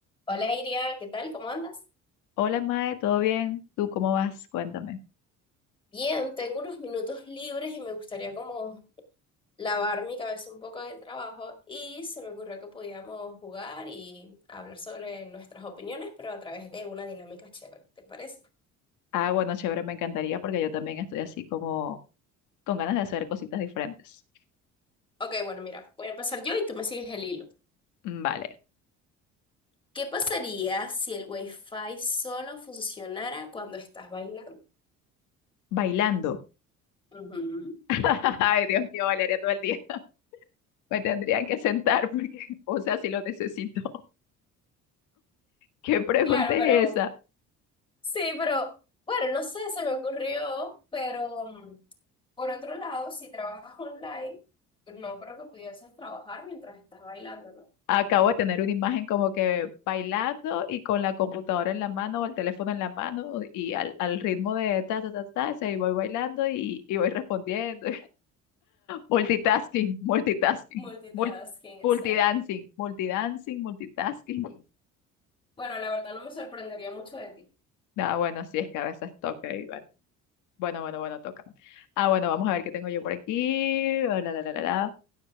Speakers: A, on the left; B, on the left.
A: Hola Iria, ¿qué tal? ¿Cómo andas?
B: Hola Mae, ¿todo bien? ¿Tú cómo vas? Cuéntame.
A: Bien, tengo unos minutos libres y me gustaría como lavar mi cabeza un poco del trabajo y se me ocurrió que podíamos jugar y hablar sobre nuestras opiniones, pero a través de una dinámica chévere, ¿te parece?
B: Ah, bueno, chévere, me encantaría porque yo también estoy así como con ganas de hacer cositas diferentes.
A: Ok, bueno, mira, voy a empezar yo y tú me sigues el hilo.
B: Mm, Vale,
A: ¿Qué pasaría si el Wi-Fi solo funcionara cuando estás bailando?
B: bailando.
A: Ujú.
B: <laughs> Ay, Dios mío, bailaría todo el día. <laughs> Me tendrían que sentar porque, <laughs> o sea, si lo necesito. <laughs> ¿Qué pregunta
A: Claro,
B: es
A: pero
B: esa?
A: Sí, pero bueno, no sé, se me ocurrió, pero mm, Por otro lado, si trabajas online, no creo que pudieses trabajar mientras estás bailando, ¿no?
B: Acabo de tener una imagen como que bailando y con la computadora en la mano o el teléfono en la mano y al, al ritmo de ta, ta, ta, ta, se voy bailando y, y voy respondiendo. Multitasking, multitasking,
A: Multitasking,
B: mul- multidancing,
A: exacto.
B: multidancing, multitasking.
A: Bueno, la verdad no me sorprendería mucho de ti.
B: Ah, bueno, sí, es que a veces toca y bueno, bueno, bueno, bueno, toca. Ah, bueno, vamos a ver qué tengo yo por aquí. La, la, la, la, la.